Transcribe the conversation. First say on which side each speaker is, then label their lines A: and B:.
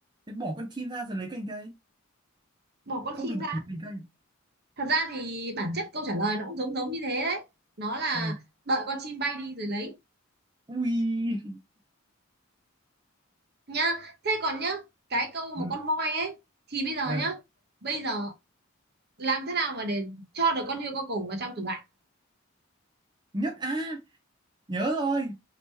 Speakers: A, on the right; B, on the right.
A: thế bỏ con chim ra rồi lấy cành cây
B: bỏ con
A: không
B: chim
A: được động
B: ra
A: một cành cây
B: thật ra thì bản chất câu trả lời nó cũng giống giống như thế đấy nó là
A: Ừ.
B: đợi con chim bay đi rồi lấy
A: Ui
B: nhá thế còn nhá cái câu
A: ừ.
B: mà con voi ấy thì bây giờ
A: ờ,
B: nhá bây giờ làm thế nào mà để cho được con hươu con cổ vào trong tủ lạnh
A: Nhất à nhớ rồi